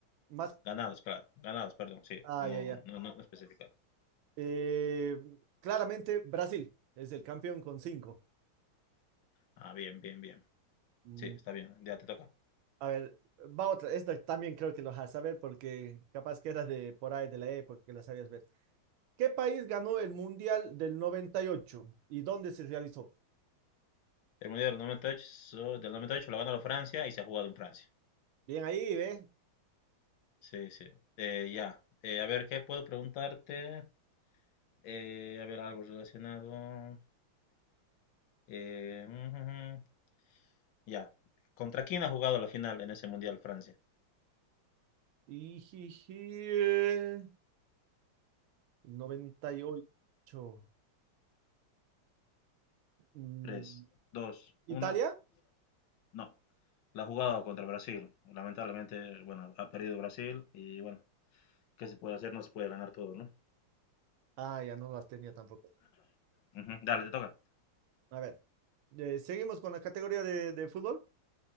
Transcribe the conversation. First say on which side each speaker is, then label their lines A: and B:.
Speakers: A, on the right (about 80°); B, on the left (about 70°).
A: Más.
B: Ganados, claro. Ganados, perdón, sí.
A: Ah,
B: No,
A: ya, ya.
B: no, no, no especificado.
A: Eh, claramente Brasil es el campeón con cinco.
B: Ah, bien, bien, bien.
A: Mm,
B: Sí, está bien. Ya te toca.
A: A ver, va otra. Esta también creo que lo vas a saber porque capaz que eras de por ahí de la época que la sabías ver. ¿Qué país ganó el Mundial del noventa y ocho y dónde se realizó?
B: El Mundial del 98, so- del 98 lo ganó Francia y se ha jugado en Francia.
A: Bien ahí, ¿ves?
B: Sí, sí. Eh, ya. Eh, a ver, ¿qué puedo preguntarte? Eh, a ver, algo relacionado. Eh, mm, mm, ya. ¿Contra quién ha jugado la final en ese Mundial Francia?
A: Ijiji, noventa Y, jiji, eh, 98. Mm,
B: tres dos
A: ¿Italia?
B: uno No. La ha jugado contra Brasil. Lamentablemente, bueno, ha perdido Brasil y bueno, ¿qué se puede hacer? No se puede ganar todo, ¿no?
A: Ah, ya no las tenía tampoco.
B: Ujú. Dale, te toca.
A: A ver, eh, seguimos con la categoría de de fútbol.